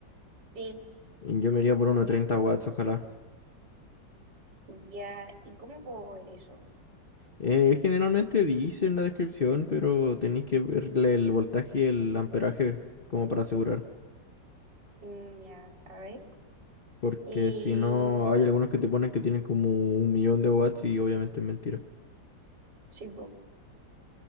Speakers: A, on the right; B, on the left.
A: Sí,
B: Yo me iría por uno de 30 watts, ojalá.
A: ya, ¿y cómo puedo ver eso?
B: Eh, generalmente dice en la descripción, pero tenéis que verle el voltaje y el amperaje como para asegurar.
A: Mm, Ya, a ver.
B: Porque
A: Y
B: si no, hay algunos que te ponen que tienen como un millón de watts y obviamente es mentira.
A: sí, po.